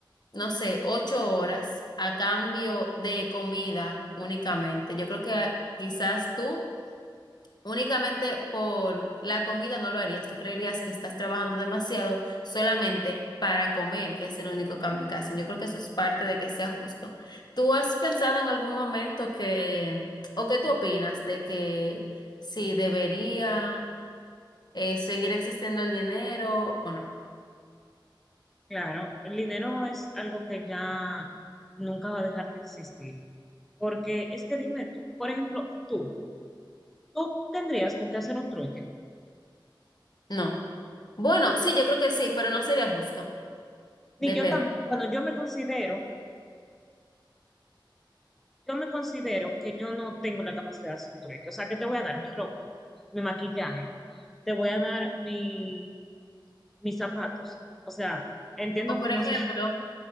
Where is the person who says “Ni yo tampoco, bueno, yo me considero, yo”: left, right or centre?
Centre